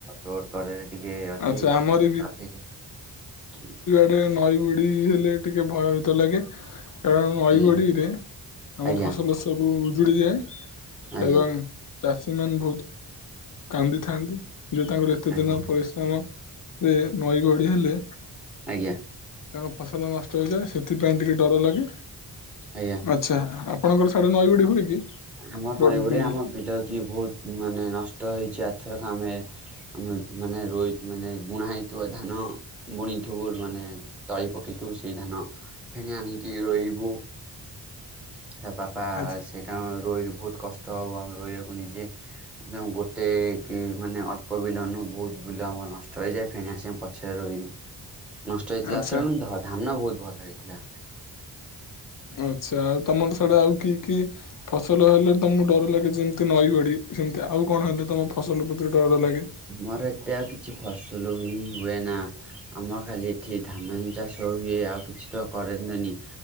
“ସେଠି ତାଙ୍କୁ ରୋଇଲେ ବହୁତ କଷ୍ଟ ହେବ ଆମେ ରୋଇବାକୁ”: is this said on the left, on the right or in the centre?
Centre